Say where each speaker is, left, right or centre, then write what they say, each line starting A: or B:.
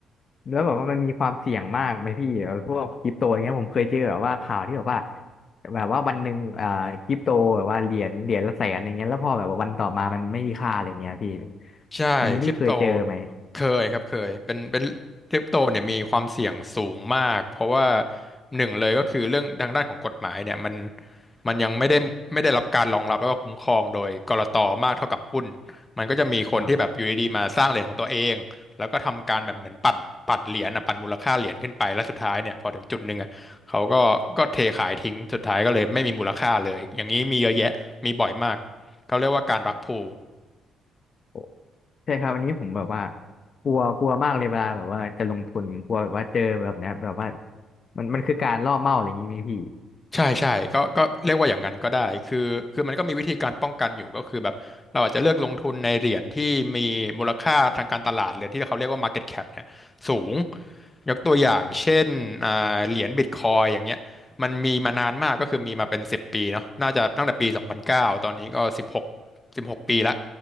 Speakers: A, on the left (about 50°); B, on the left (about 20°).
A: แล้วแบบว่ามันมีความเสี่ยงมากไหมพี่เออพวกคริปโตอย่างเงี้ยผมเคยเจอแบบว่าข่าวที่แบบว่าแบบว่าวันหนึ่งอ่าคริปโตแบบว่าเหรียญเหรียญละแสนอะไรเงี้ยแล้วพอแบบว่าวันต่อมามันไม่มีค่าอะไรเงี้ยพี่
B: ใช่คริปโต
A: อันนี้พี่เคยเจอไหม
B: เคยครับเคยเป็นเป็นคริปโตเนี่ยมีความเสี่ยงสูงมากเพราะว่าหนึ่งเลยก็คือเรื่องทางด้านของกฎหมายเนี่ยมันมันยังไม่ได้ไม่ได้รับการรองรับแล้วก็คุ้มครองโดยกลตมากเท่ากับหุ้นมันก็จะมีคนที่แบบอยู่ดีๆมาสร้างเหรียญของตัวเองแล้วก็ทำการแบบเหมือนปั่นปั่นเหรียญนะปั่นมูลค่าเหรียญขึ้นไปแล้วสุดท้ายเนี่ยพอถึงจุดหนึ่งอะเขาก็ก็เทขายทิ้งสุดท้ายก็เลยไม่มีมูลค่าเลยอย่างนี้มีเยอะแยะมีบ่อยมาก
A: ครับ
B: เขาเรียกว่าการรักพูล
A: โอ้ใช่ครับอันนี้ผมแบบว่ากลัวกลัวมากเลยเวลาแบบว่าจะลงทุนกลัวแบบว่าเจอแบบเนี้ยแบบว่ามันมันคือการล่อเป้าอะไรอย่างงี้ไหมพี่
B: ใช่ใช่ก็ก็เรียกว่าอย่างนั้นก็ได้คือคือมันก็มีวิธีการป้องกันอยู่ก็คือแบบเราอาจจะเลือกลงทุนในเหรียญที่มีมูลค่าทางการตลาดหรือที่เขาเรียกว่า market cap เนี่ยสูงยกตัวอย่างเช่นอ่าเหรียญบิตคอยอย่างเงี้ยมันมีมานานมากก็คือมีมาเป็นสิบปีเนาะน่าจะตั้งแต่ปีสองพันเก้าตอนนี้ก็สิบหกสิบหกปีละ